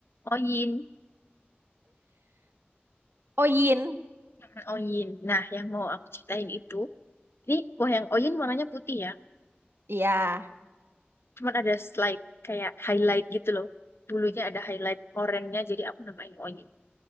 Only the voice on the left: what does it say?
Oyin,
Mm, Oyin. Nah, yang mau aku ceritain itu, ini wah yang Oyin warnanya putih ya,
cuman ada slide kayak highlight gitu loh. Bulunya ada highlight oranye jadi aku namain Oyin.